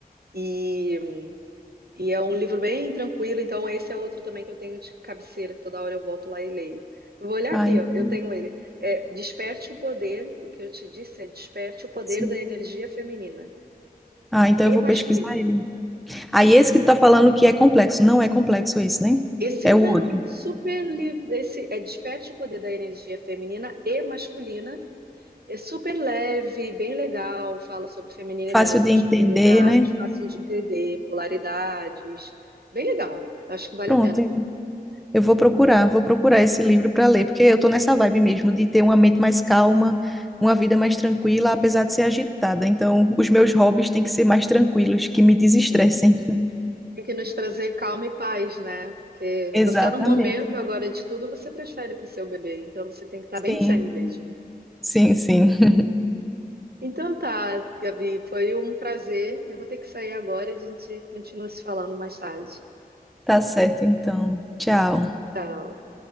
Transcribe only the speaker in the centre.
Ah,
entendi.
Sim.
Ah, então eu
vou pesquisar
ele. Aí
esse que tu tá falando que é complexo, não é complexo esse, né?
É
o outro.
Fácil de
entender, né?
Pronto.
Eu vou procurar, vou procurar esse livro para ler, porque eu tô nessa vibe mesmo de ter uma mente mais calma, uma vida mais tranquila, apesar de ser agitada. Então, os meus hobbies têm que ser mais tranquilos, que me desestressem.
Exatamente.
Sim,
sim, sim. <laughs>
Tá certo, então. Tchau.